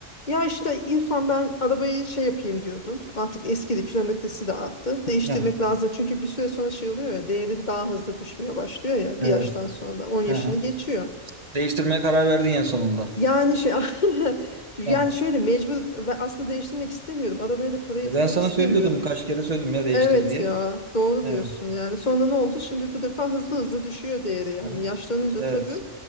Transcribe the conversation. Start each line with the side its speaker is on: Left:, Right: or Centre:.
Left: Ya işte İrfan ben arabayı şey yapayım diyordum. Artık eskidi kilometresi de arttı. Değiştirmek
Right: Heh,
Left: lazım. Çünkü bir süre sonra şey oluyor ya değeri daha hızlı düşmeye başlıyor ya
Right: Evet.
Left: bir yaştan sonra da 10 yaşını
Right: Hı hı.
Left: geçiyor.
Right: Değiştirmeye karar verdin en sonunda.
Left: Yani şey <laughs> yani
Right: Heh.
Left: şöyle mecbur ve aslında değiştirmek istemiyorum. Arabaya da para yatırmak
Right: E Ben sana
Left: istemiyorum.
Right: söylüyordum kaç kere söyledim ya değiştir
Left: Evet
Right: diye.
Left: ya doğru
Right: Evet.
Left: diyorsun yani. Sonra ne oldu? Şimdi bu defa hızlı hızlı düşüyor değeri yani.
Right: Aha.
Left: Yaşlanınca
Right: Evet.
Left: tabii